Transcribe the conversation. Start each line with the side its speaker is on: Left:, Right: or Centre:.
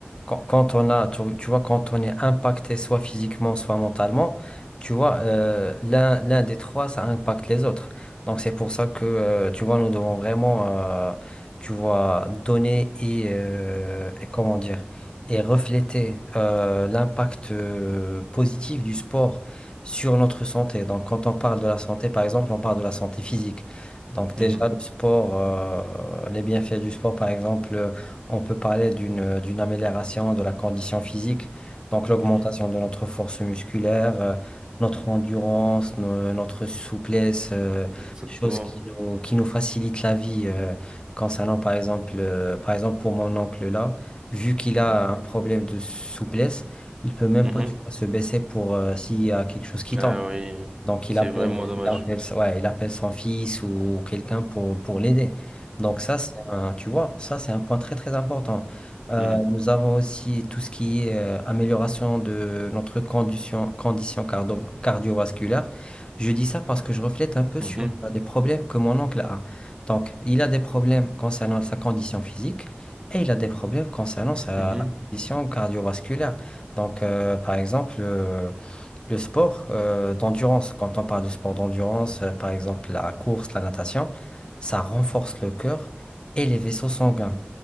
Left: quand, quand on a, tu, tu vois, quand on est impacté soit physiquement, soit mentalement, tu vois, euh, l'un, l'un des trois, ça impacte les autres. Donc c'est pour ça que, euh, tu vois, nous devons vraiment, euh, tu vois, donner et, euh, et comment dire, et refléter euh, l'impact euh, positif du sport sur notre santé. Donc quand on parle de la santé, par exemple, on parle de la santé physique. Donc déjà,
Right: Mhm.
Left: le sport, euh, les bienfaits du sport, par exemple, euh, on peut parler d'une d'une amélioration de la condition physique, donc l'augmentation
Right: Mhm.
Left: de notre force musculaire, euh, notre endurance, no- notre souplesse, euh,
Right: Exactement
Left: choses qui nous, qui nous facilitent la vie. euh, concernant, par exemple, euh, par exemple, pour mon oncle là, vu qu'il a
Right: Mhm.
Left: un problème de souplesse, il peut même
Right: Mhm.
Left: pas, tu vois, se baisser pour euh, s'il y a quelque chose qui
Right: Ah
Left: tombe.
Right: oui
Left: Donc
Right: c'est
Left: il appelle,
Right: vraiment dommage
Left: il appelle, ouais, il appelle son fils ou quelqu'un pour, pour l'aider. Donc ça, c'est un, tu vois, ça, c'est un point très très important. Euh,
Right: Mhm.
Left: nous avons aussi tout ce qui est euh, amélioration de notre condition, condition cardio- cardiovasculaire. Je dis ça parce que je reflète un peu
Right: Mhm.
Left: sur euh, des problèmes que mon oncle a. Donc, il a des problèmes concernant sa condition physique et il a des problèmes concernant sa
Right: Mhm. Mhm.
Left: condition cardiovasculaire. Donc, euh, par exemple, euh, le sport euh, d'endurance, quand on parle de sport d'endurance, euh, par exemple la course, la natation, ça renforce le cœur et les vaisseaux sanguins.
Right: Mhm.